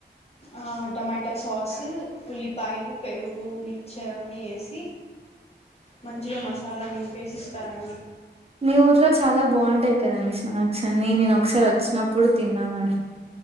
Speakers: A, on the left; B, on the right.
A: ఆ టొమాటోస్ కోసి ఉల్లిపాయలు పెరుగు మిక్చర్ అన్నీ వేసి మంచిగా మసాలా నింపేసి ఇస్తారండి
B: మీ ఊర్లో చాలా బాగుంటాయి కదండి స్నాక్స్ అన్ని నేను ఒకసారి వచ్చినప్పుడు తిన్నామండి